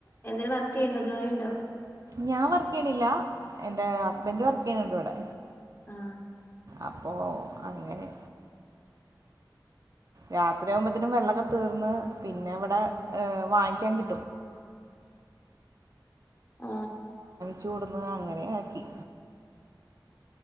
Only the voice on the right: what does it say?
ഞാൻ വർക്കെയ്യേണില്ല എന്റെ ഹസ്ബൻഡ് വർക്ക് ചെയ്യ്നുണ്ടിവിടെ
അപ്പോ അങ്ങനെ രാത്രിയാകുമ്പത്തിനും വെള്ളോക്കെ തീർന്ന് പിന്നെ ഇവിടെ ഏ വാങ്ങിക്കാൻ കി
ചൂടുന്ന് അങ്ങനെ ആക്കി